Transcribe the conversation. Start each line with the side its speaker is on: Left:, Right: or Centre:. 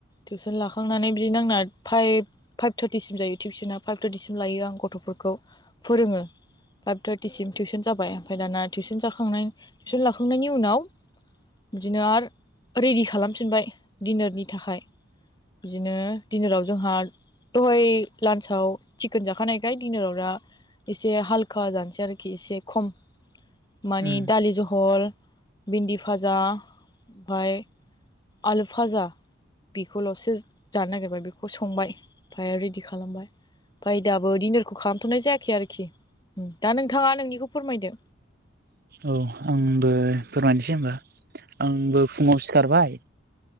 Left: टिउसन लाखांनानै बिदि आंना फाइभ फाइभ थार्टिसिम जायो टिउसना फाइभ थार्टिसिम लायो आं गथ'फोरखौ फोरोङो। फाइभ थार्टिसिम टिउसन जाबाय ओमफ्राय दाना टिउसन जाखांनाय टिउसन लाखांनायनि उनाव बिदिनो आरो रेडि खालामफिनबाय दिनारनि थाखाय। बिदिनो दिनाराव जोंहा दहाय लान्साव चिकेन जाखानायखाय डिनाराव दा एसे हालखा जानोसै आरोखि एसे खम। मानि
Right: उम
Left: दालि जहल भिन्दि भाजा ओमफाय आलु फाजा बेखौल'सो जानो नागेरबाय बेखौ संबाय ओमफ्राय रेडि खालामबाय। ओमफाय दाबो डिनारखौ खालामथ'नाय जायाखै आरोखि दा नोंथाङा नोंनिखौ फोरमायदो।
Right: औ आंबो दे फोरमायनोसै होमबा आंबो फुङाव सिखारबाय